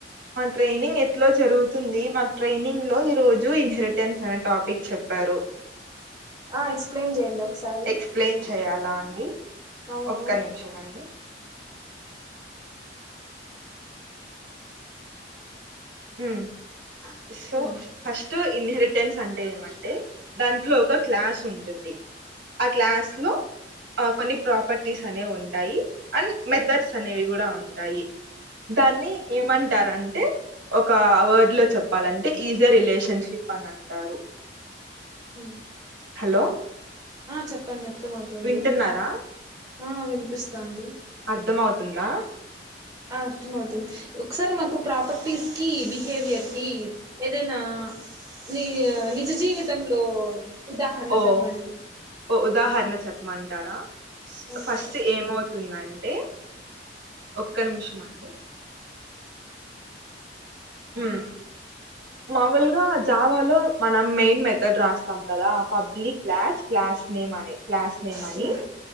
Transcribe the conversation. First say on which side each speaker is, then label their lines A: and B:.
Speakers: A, on the right; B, on the right.
A: ట్రైనింగ్ ఎట్లో జరుగుతుంది మాకు ట్రైనింగ్ లో ఈ రోజు ఇన్హెరిటెన్స్ అనే టాపిక్ చెప్పారు
B: ఆ ఎక్స్ప్లెయిన్ చేయండి ఒకసారి
A: ఎక్స్ప్లెయిన్ చేయాలా అండి
B: అవును
A: ఒక్క నిమిషం అండి um so
B: hmm
A: first inheritance అంటే ఏమంటే దాంట్లో ఒక క్లాస్ ఉంటుంది ఆ క్లాస్ లో ఆ కొన్ని ప్రాపర్టీస్ అనేవి ఉంటాయి అండ్ మెథడ్స్
B: మ్మ్
A: అనేవి కూడా ఉంటాయి దాన్ని ఏమంటారంటే ఒక వర్డ్ లో చెప్పాలంటే ఈజీ రిలేషన్షిప్ అని అంటారు
B: హ
A: హలో
B: ఆ చెప్పండి అర్థంమవుతుంది
A: వింటున్నారా
B: ఆ వినిపిస్తంది
A: అర్థం అవుతుందా
B: ఆ అర్థం అవుతుంది ఒకసారి మాకు ప్రాపర్టీస్ కి బిహేవియర్ కి ఏదైనా ని నిజ జీవితంలో ఉదాహరణ
A: ఓ
B: చెప్పండి
A: ఓ ఉదాహరణ చెప్ప మ్మంటారా
B: హ్మ్
A: ఫస్ట్ ఏమవుతుందంటే ఒక్క నిమిషం అండి మ్ మాముూలుగా జావాలో మనం మెయిన్ మెథడ్ రాస్తాం కదా పబ్లిక్ క్లాష్ క్లాష్ నేమ్ అనీ క్లాస్ నేమ్ అని
B: హ్మ్